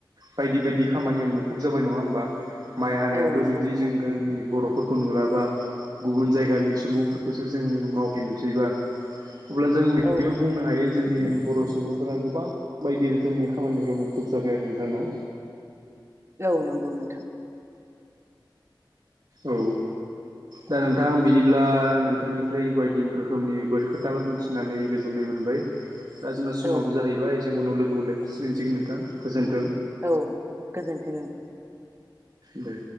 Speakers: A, on the right; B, on the right.
A: बायदि बायदि खामानियाव मुखुब जाबाय नङा होमबा माइ हानायावबो
B: औ नंगौ
A: जुदि
B: नोंथां
A: जों गोंनि बर' फोरखौ नुलाबा गुबुन जायगानि सुबुंफोरखौसो जों मावफै नुसैबा अब्ला जों बेयाव
B: औ नंगौ
A: बुंनो
B: नोंथां
A: हायो जोंनि बर' सुबुंफोरा गोबां बायदि रोखोमनि खामानिफोराव मुखुब जाबाय आरो नोंथां न'
B: औ नंगौ नोंथां।
A: औ। दा नोंथां बिदिब्ला नोंथांनिफ्राय बायदि रोखोमनि बोरखोथाफोर मोनथिनानै गोजोननाय मोनो। मोनबाय दा जोंना समाबो
B: औ
A: जाहैबाय जों उनाव लोगो मोनलायसिगोन नोंथां गोजोन
B: औ गोजोन्थों नोंथां।
A: देह